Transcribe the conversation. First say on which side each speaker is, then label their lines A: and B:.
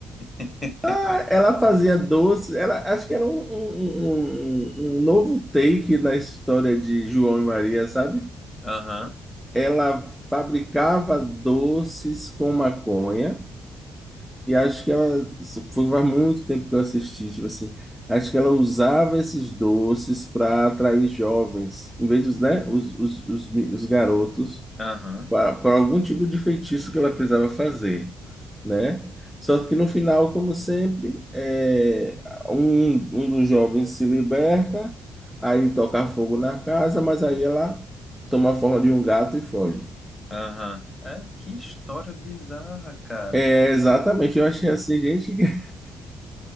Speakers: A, on the left; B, in the centre.
A: <laughs>
B: Ah, ela fazia doce, ela, acho que era um, um, um, um um novo take na história de João e Maria, sabe?
A: Aham,
B: ela fabricava doces com maconha, e acho que ela, isso foi faz muito tempo que eu assisti, tipo assim, acho que ela usava esses doces para atrair jovens, em vez dos, né, os, os, os, mi- os garotos,
A: aham,
B: para algum tipo de feitiço que ela precisava fazer, né? Só que no final, como sempre, é, um, um dos jovens se liberta, aí toca fogo na casa, mas aí ela toma a forma de um gato e foge.
A: aham. É, que história bizarra, cara.
B: É, exatamente, eu achei assim, gente. <laughs>